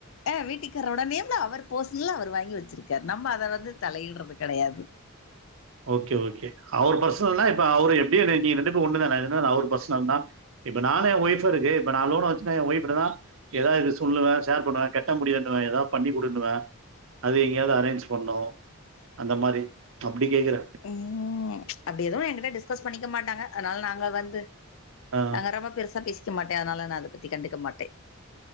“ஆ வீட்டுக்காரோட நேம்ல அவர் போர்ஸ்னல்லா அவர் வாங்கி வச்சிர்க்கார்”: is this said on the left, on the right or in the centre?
Left